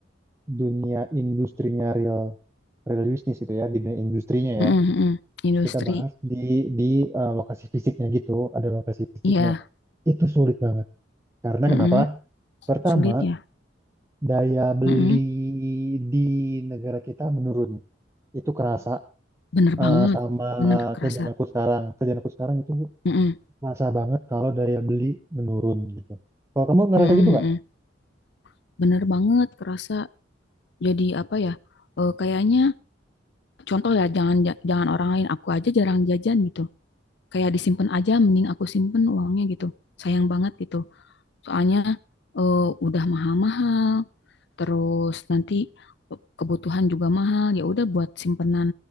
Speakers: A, on the right; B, on the left.
A: dunia industrinya real real business itu ya, di dunia industrinya
B: mm-mm,
A: ya,
B: mm-mm. Industri,
A: kita bahas di di eh, lokasi fisiknya gitu, ada lokasi fisiknya
B: iya,
A: Itu sulit banget. Karena
B: mm-mm.
A: kenapa? Pertama,
B: Sulit ya,
A: daya beli
B: Mm-mm.
A: di negara kita menurun. Itu kerasa
B: Bener
A: eh,
B: banget,
A: sama
B: bener kerasa.
A: kerjaan aku sekarang. Kerjaan aku sekarang itu
B: Mm-mm,
A: kerasa banget kalau daya beli menurun gitu. Kalau kamu ngerasa
B: mm-mm,
A: gitu nggak?
B: mm-mm. Bener banget, kerasa jadi apa ya? eh, kayaknya contoh ya, jangan ja- jangan orang lain, aku aja jarang jajan gitu. Kayak disimpan aja, mending aku simpen uangnya gitu. Sayang banget gitu. Soalnya eh, udah mahal-mahal, terus nanti pe- kebutuhan juga mahal. Ya udah buat simpenan